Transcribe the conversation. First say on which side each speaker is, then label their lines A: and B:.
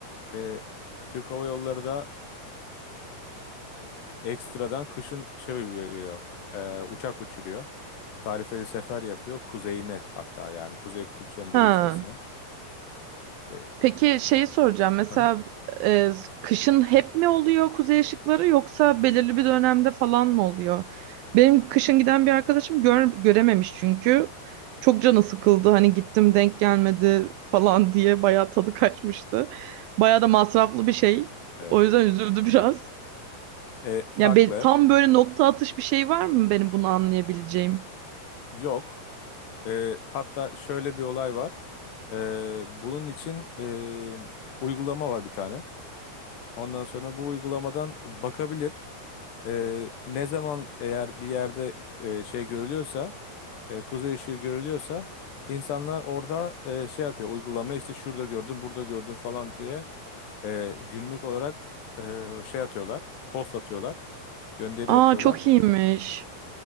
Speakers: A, on the left (about 80°); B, on the right (about 80°).
A: e, Türk Hava Yolları da e, ekstradan kışın şey uyguluyor. e, uçak uçuruyor. Tarifeli sefer yapıyor kuzeyine hatta yani kuzey kutup çemberi
B: Ha.
A: içerisine. E,
B: Peki şeyi soracağım. Mesela
A: aha,
B: e, kışın hep mi oluyor kuzey ışıkları yoksa belirli bir dönemde falan mı oluyor? Benim kışın giden bir arkadaşım gör, görememiş çünkü. Çok canı sıkıldı. Hani gittim denk gelmedi falan <laughs> diye bayağı tadı kaçmıştı. Bayağı da masraflı bir şey.
A: evet.
B: O yüzden üzüldü biraz.
A: E, haklı.
B: Yani be- tam böyle nokta atış bir şey var mı benim bunu anlayabileceğim?
A: Yok. E, hatta şöyle bir olay var. E, bunun için e, uygulama var bir tane. Ondan sonra bu uygulamadan bakabilir. E, ne zaman eğer bir yerde e, şey görülüyorsa e, kuzey ışığı görülüyorsa insanlar orada e, şey atıyor uygulama işte şurada gördüm burada gördüm falan diye e, günlük olarak e, şey atıyorlar post atıyorlar gönderi
B: Aa
A: atıyorlar.
B: çok iyiymiş.